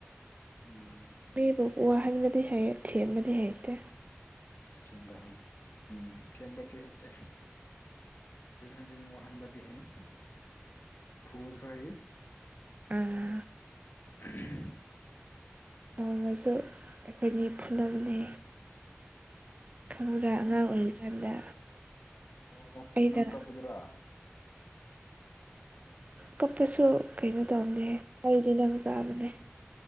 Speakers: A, on the left; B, on the right.
A: ꯎꯝ
B: ꯃꯤꯕꯨ ꯋꯥꯍꯟꯕꯗꯤ ꯍꯩ ꯊꯦꯝꯕꯗꯤ ꯍꯩꯇꯦ
A: ꯊꯦꯝꯕ ꯍꯩ ꯎꯝ ꯊꯦꯝꯕꯗꯤ ꯍꯩꯇꯦ ꯍꯥꯟꯖꯤꯦꯟ ꯍꯥꯟꯖꯤꯦꯟ ꯋꯥꯍꯟꯕꯗꯤ ꯍꯩ ꯐꯨꯁꯨ ꯍꯥꯏ
B: ꯎꯝ
A: ꯑ
B: ꯅꯣꯡꯃꯁꯨ ꯑꯩꯈꯣꯏꯅꯤ ꯐꯨꯅꯕꯅꯦ ꯈꯪꯔꯥ
A: ꯐꯨꯟ
B: ꯑꯉꯥꯡ ꯑꯣꯏꯔꯤꯀꯥꯟꯗ
A: ꯑꯣ
B: ꯑꯩꯅ
A: ꯅꯪ ꯀꯞꯄꯗꯨꯔꯥ
B: ꯀꯞꯄꯁꯨ ꯀꯩꯅꯣ ꯇꯧꯅꯦ ꯋꯥꯔꯤꯔꯤ ꯇꯤꯅꯕ ꯇꯥꯕꯅꯦ